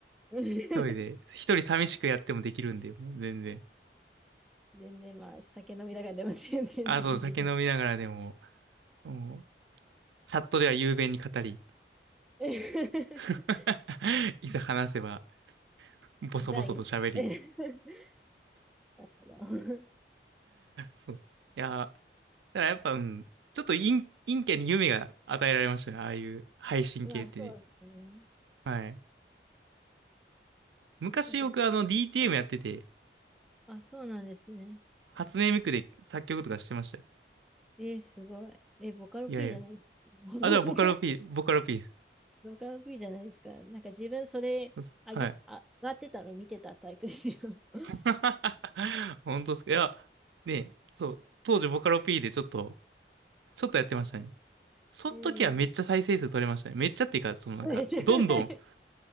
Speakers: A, in the centre; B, on the right (about 85°).
A: うん
B: 一人で、一人寂しくやってもできるんで、もう全然。
A: 全然まあ、酒飲みながらでも全然ね、
B: あ、そう、酒飲みながらでも、
A: できます。
B: もう、チャットでは雄弁に語り、
A: <laughs>
B: <laughs> いざ話せば、ボソボソと喋り。
A: ザ・インキャ。<laughs>
B: そうそう。いや、だからやっぱ、うん、ちょっと陰、陰キャに夢が与えられましたね、ああいう配信系って。
A: まあ、そうですね。
B: はい。昔僕、
A: なんかボ、
B: あの、DTM やってて、
A: あ、そうなんですね。
B: 初音ミクで作曲とかしてましたよ。
A: えー、すごい。え、ボカロ
B: いやいや。
A: P じゃないです
B: あ、だからボカロ
A: か。
B: P、ボカロ P です。
A: 動画の V じゃないですか。なんか自分それ上げ、
B: そうそうはい。
A: あ、上がってたの見てたタイプですよ。<laughs>
B: <laughs> 本当ですか。いや、ね、そう、当時ボカロ P でちょっと、ちょっとやってましたね。その時はめっちゃ再生数取れましたね。
A: ええ
B: めっちゃっていうか、そのなんか、
A: <laughs>
B: どんどん